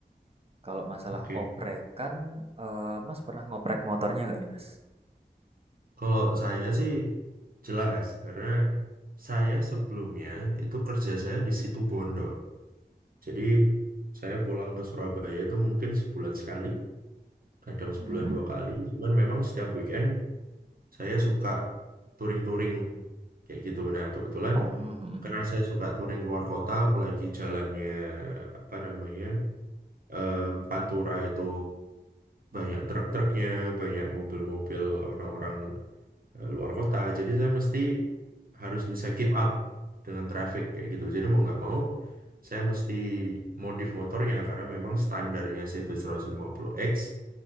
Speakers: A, on the right; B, on the right.
A: Kalau masalah
B: Oke,
A: oprekan, eh, Mas pernah ngoprek motornya nggak nih Mas?
B: Kalau saya sih Jelas, karena saya sebelumnya itu kerja saya di situ Bondo. Jadi saya pulang ke Surabaya itu mungkin sebulan sekali, kadang sebulan
A: Hmm?
B: dua kali. Cuman memang setiap weekend saya suka touring-touring kayak gitu. Nah, kebetulan
A: Oh, mm, mm,
B: karena
A: mm.
B: saya suka touring keluar kota, apalagi jalannya apa namanya eh, Pantura itu banyak truk-truknya, banyak mobil-mobil orang-orang eh, luar kota. Jadi saya mesti harus bisa keep up dengan traffic kayak gitu. Jadi mau nggak mau saya mesti modif motornya karena memang standarnya CB 150X